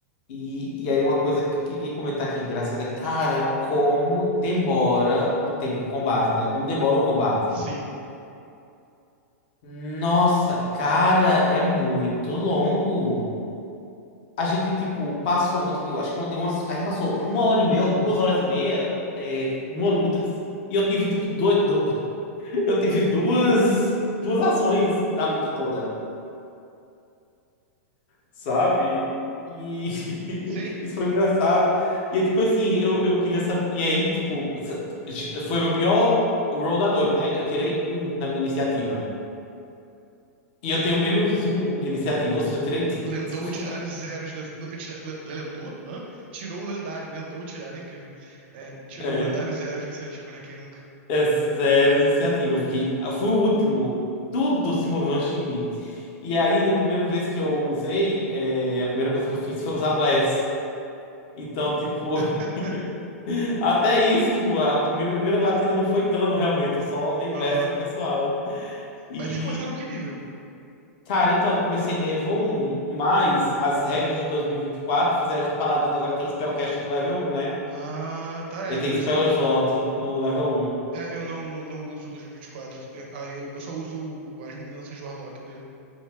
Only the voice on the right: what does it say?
Sim,
sim.
Lendou
tirar os zeros. nas- tira- le- Lendou? Hã? Tirou o lendário. Lendou tirar, é incrível. É, tirou
o lendário zero de iniciativa, né? Quem nunca?
<laughs>
Aham.
Mas vocês começaram que nível?
Aham.
Ah, tá, é.
Por
isso que eu não.
É, eu não, não, não uso o 2024. É, Aí eu, eu só uso o, as mudanças de Warlock dele.